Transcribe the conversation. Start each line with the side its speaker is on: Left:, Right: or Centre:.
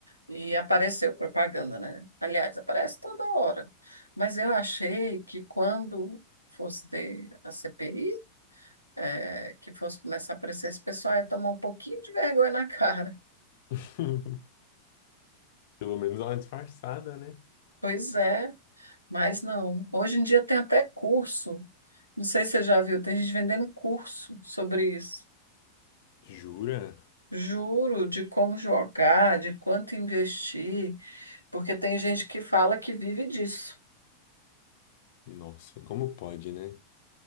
Right: e apareceu propaganda, né? Aliás, aparece toda hora. Mas eu achei que quando fosse ter a CPI, é, que fosse começar a aparecer, esse pessoal ia tomar um pouquinho de vergonha na <laughs> cara.
Left: <laughs> Pelo menos dá uma disfarçada, né?
Right: Pois é. Mas não. Hoje em dia tem até curso. Não sei se você já viu, tem gente vendendo curso sobre isso.
Left: Jura?
Right: Juro de como jogar, de quanto investir, porque tem gente que fala que vive disso.
Left: Nossa, como pode, né?